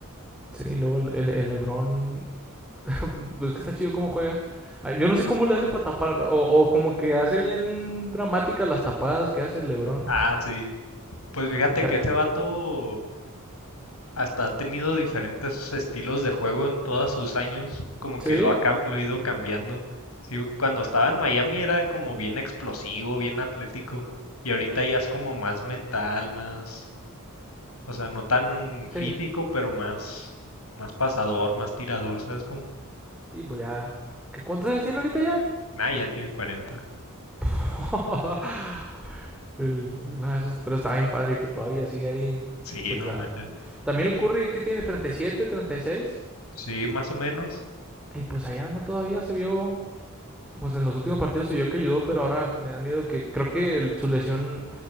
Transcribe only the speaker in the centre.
sí. Y luego el, el, el Lebron. <laughs> es que está chido cómo juega. Yo no sé cómo le hace para tapar. O, o como que hace bien dramáticas las tapadas que hace el Lebron.
<laughs> Acá.
¿Sí?
Sí.
Sí, pues ya. ¿Qué, ¿Cuántos años tiene ahorita ya?
<laughs> El- no, eso- pero está bien padre que todavía sigue ahí.
Pues
ah,
también el Curry que tiene treinta y siete, treinta Y seis
y pues ahí anda todavía, se vio. Pues en los últimos partidos se vio que ayudó, pero ahora me da miedo que creo que el- su lesión.